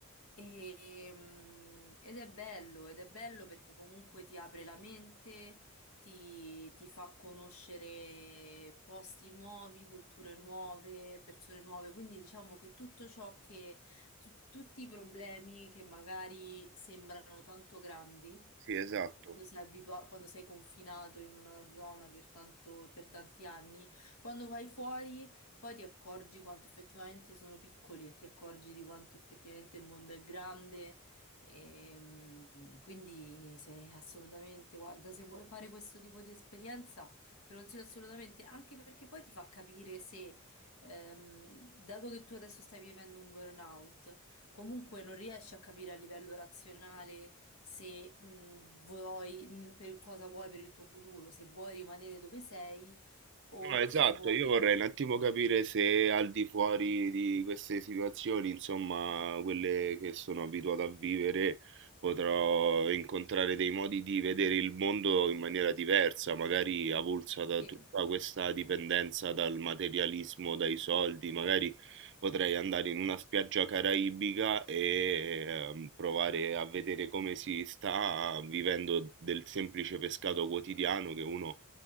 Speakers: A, on the left; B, on the right.
A: E, mh, ed è bello, ed è bello perché comunque ti apre la mente ti, ti fa conoscere posti nuovi, culture nuove, persone nuove, quindi diciamo che tutto ciò che, tu- tutti i problemi che magari sembrano tanto grandi,
B: Sì, esatto.
A: quando sei abitua- quando sei confinato in una zona per tanto- per tanti anni, quando vai fuori poi ti accorgi quanto effettivamente sono piccoli e ti accorgi di quanto effettivamente il mondo è grande e, mm, quindi se assolutamente, guarda, se vuoi fare questo tipo di esperienza, te lo consiglio assolutamente, anche perché poi ti fa capire se, ehm, dato che tu adesso stai vivendo un burnout, comunque non riesci a capire a livello razionale se, mm, vuoi, mm, per cosa vuoi per il tuo futuro, se vuoi rimanere dove sei o
B: No, esatto,
A: se vuoi...
B: io vorrei un attimo capire se al di fuori di queste situazioni, insomma, quelle che sono abituato a vivere, potrò incontrare dei modi di vedere il mondo in maniera diversa, magari avulsa da
A: Sì,
B: tutta questa dipendenza dal materialismo, dai soldi, magari potrei andare in una spiaggia caraibica e ehm, provare a vedere come si sta vivendo del semplice pescato quotidiano che uno